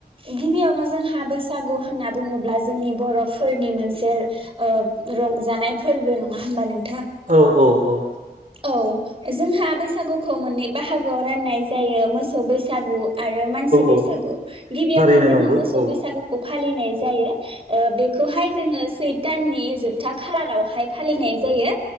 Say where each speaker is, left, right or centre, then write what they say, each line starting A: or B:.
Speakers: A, on the right; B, on the right.
A: गिबियावनो जोंहा बैसा बैसागु होनना बुङोब्ला जोंनि बर'फोरनि ओ मोनसे रंजानाय। फोरबो नङा होमबा नों।
B: औ औ औ
A: औ जोंहा बैसागुखौ मोननै बाहागोआव राननाय जायो मोसौ बैसागु आरो मानसि बैसागु
B: औ
A: गिबियावनो
B: थारैनो
A: जोङो
B: नंगौ
A: मोसौ
B: औ
A: बैसागुखौ फालिनाय जायो ओ बेखौहाय जोङो सै दाननि जोबथा खालारावहाय फालिनाय जायो